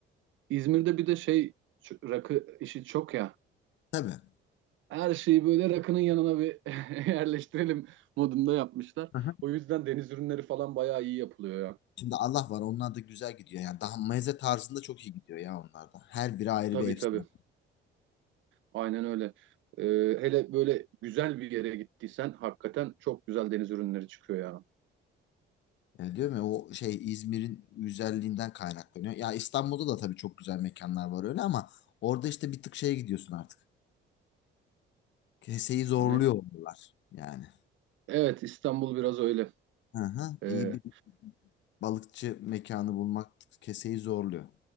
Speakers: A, on the right (about 75°); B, on the left (about 65°).
A: İzmir'de bir de şey şu rakı işi çok ya.
B: Tabii.
A: Her şeyi böyle rakının yanına bir <laughs> yerleştirelim modunda yapmışlar.
B: Hı-hı.
A: O yüzden deniz ürünleri falan bayağı iyi yapılıyor ya.
B: Şimdi Allah var onlar da güzel gidiyor. Yani daha meze tarzında çok iyi gidiyor ya onlar da. Her biri ayrı
A: Tabii
B: bir efsane.
A: tabii. Aynen öyle. Ee, hele böyle güzel bir yere gittiysen hakikaten çok güzel deniz ürünleri çıkıyor ya.
B: Yani diyorum ya o şey İzmir'in güzelliğinden kaynaklanıyor. Ya İstanbul'da da tabii çok güzel mekanlar var öyle ama orada işte bir tık şeye gidiyorsun artık. Keseyi zorluyor
A: Ne?
B: onlar yani.
A: Evet İstanbul biraz öyle.
B: Hı hı.
A: Ee,
B: İyi bir balıkçı mekanı bulmak keseyi zorluyor.